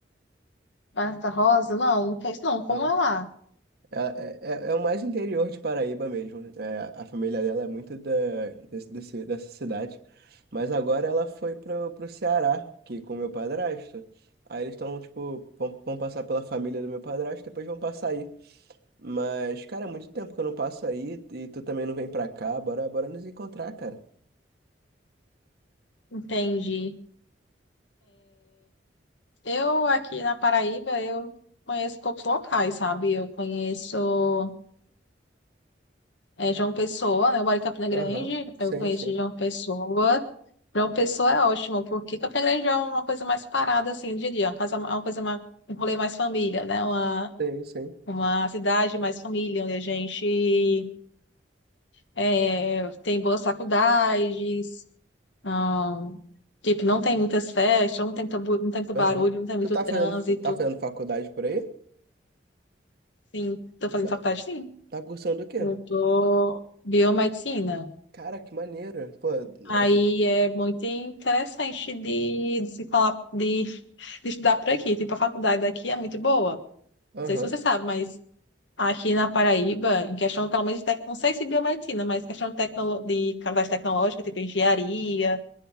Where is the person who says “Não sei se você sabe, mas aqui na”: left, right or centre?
Left